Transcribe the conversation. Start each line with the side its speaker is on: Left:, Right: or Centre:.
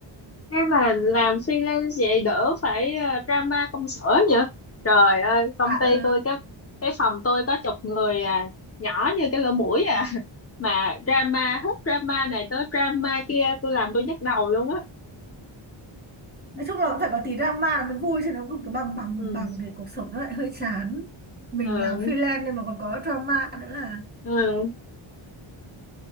Left: thế mà làm freelance vậy đỡ phải ờ, drama công sở nhỉ trời ơi công
Right: à
Left: ty
Right: ừ
Left: tôi cái cái phòng tôi có chục người à nhỏ như cái lỗ mũi à mà drama hết drama này tới drama kia tôi làm tôi nhức đầu luôn á
Right: nói chung là cũng phải có tí drama là mới vui chứ nó cứ cứ bằng bằng
Left: ừ.
Right: bằng bằng thì cuộc sống nó lại hơi chán mình
Left: Ờ,
Right: làm freelance nên mà còn có drama nữa là
Left: ừ.